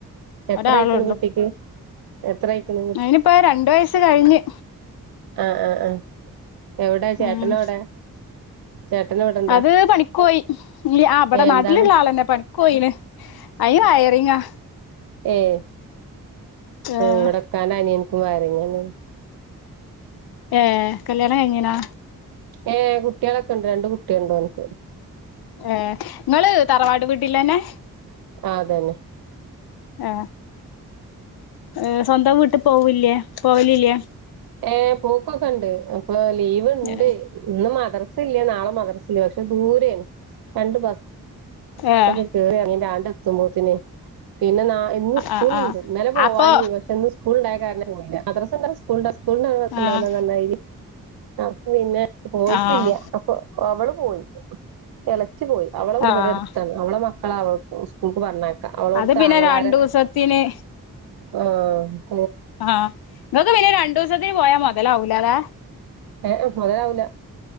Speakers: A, on the right; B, on the left.
A: എത്രയായിക്കണ്
B: ഒരാളെ
A: കുട്ടിക്ക് എത്രയാക്കണ്
B: അനിപ്പോ രണ്ടു വയസ്‌ കഴിഞ്ഞ്
A: ആഹ് ആഹ് ആഹ് എവിടെ ചേട്ടൻ
B: ഉം
A: എവിടെ ചേട്ടൻ എവിടെ
B: അത് പണിക്ക് പോയി ഇവിടെ നാട്ടിലുള്ള
A: എന്താണ്
B: ആള് തന്നെ പണിക്ക് പോയിന് ആ വയറിങ്ങാ
A: ഏഹ്
B: ഏഹ്
A: ഇവിടെ ഇക്കാന്റെ അനിയനിക്കും വയറിങ്ങാണ്
B: ഏഹ് കല്യാണം കഴിഞ്ഞിണോ എങ്ങനാ
A: ഏ കുട്ടികളൊക്കെ ഇണ്ട് രണ്ട് കുട്ടിയുണ്ട് ഒന്ക്ക്
B: ഏ നിങ്ങള് തറവാട് വീട്ടിലന്നെ
A: ആതന്നെ
B: ഏ ഏ സ്വന്തം വീട്ട് പോവൂല്ലേ പോവലില്ലേ
A: ഏ പോക്കൊക്കെ ഇണ്ട് അപ്പൊ ലീവ് ഇണ്ട്
B: ഏഹ്
A: ഇന്ന് മദ്രസ ഇല്ലേ നാളെ മദ്രസല്ല പക്ഷെ ദൂരാണ് രണ്ട് ബ
B: ആഹ്
A: സക്കെ കേറിങ്ങണ്ട്‌ ആൻഡ് എത്തുമ്പോത്തിനെ പിന്നെ ന ഇന്ന് സ്കൂളിണ്ട്
B: ആഹ് ആഹ്
A: ഇന്നാലെ പോവാഞ്ഞ
B: അപ്പൊ
A: പക്ഷെ ഇന്ന് സ്കൂള ഉണ്ടായ കാരണം ഞാൻ പോയില്ല മദ്രസ ഉണ്ടായ സ്കൂൾ ഉണ്ടാവും സ് തൊണ്ട ങ്ങനെ രസണ്ടാവൂല
B: ആഹ്
A: ന്ന മായിരി അപ്പ പിന്നെ പോയിട്ടില്ല
B: ആഹ്
A: അപ്പൊ അവള് പോയി ഇലച്ചി പോയി അവളെവിടുവടെ
B: ആഹ്
A: അടുത്താണ് അവളെ അവ സ്കൂൾക്ക് പറഞ്ഞ ക്ക അവളടു
B: അത്
A: ത്തെ
B: പിന്നെ
A: അങ്ങളാര
B: രണ്ടൂസത്തിന്
A: ആഹ
B: ആഹ് നിങ്ങക്ക് പിന്നെ രണ്ടു ദിവസത്തിന് പോയാ മുതലാവൂല ല്ലേ
A: ഏ മോതലാവുല